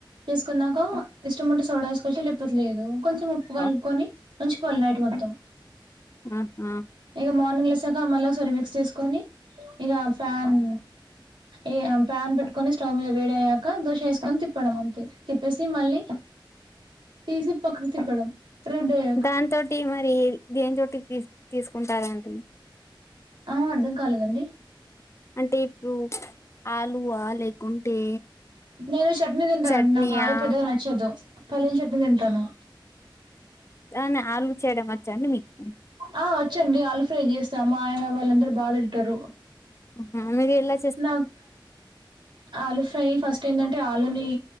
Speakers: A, on the right; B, on the left.
A: చేస్కున్నాక ఇష్టముంటే సోడా ఏస్కోచ్చు లేక్పోత్లేదు కొంచెం ఉప్పు కల్పుకొని
B: ఓ-
A: ఉంచుకోవాలి నైట్ మొత్తం
B: ఆహా
A: ఇగ మార్నింగ్ లేసాక మళ్ళోక్సారి మిక్స్ చేస్కొని ఇగ ఫ్యాన్ ఏ పాన్ పెట్టుకొని స్టవ్ మీద వేడయ్యాక దోశ వేస్కొని తిప్పడం అంతే తిప్పేసి మళ్ళీ తీసి పక్కకు తిప్పడం రెడీ అయ్యాక
B: దాంతోటి మరి దేంతోటి తీ తీస్కుంటారండి
A: ఆ అర్థం కాలేదండి
B: అంటే ఇప్పుడు ఆలువా లేకుంటే
A: నేను చట్నీ తింటానండి
B: చట్నీయా
A: నాకు ఆలు పెద్దగా నచ్చదు పల్లీల్ చట్నీ తింటాను
B: లానే ఆలూ చేయడం వచ్చాండి మీకు
A: ఆ వచ్చండి అల్ ఫ్రై చేస్తా మా ఆయన వాళ్ళందరు బా తింటారు
B: ఆ మీరెలా
A: నాక్ ఆలు ఫ్రై ఫస్టేందంటే ఆలుని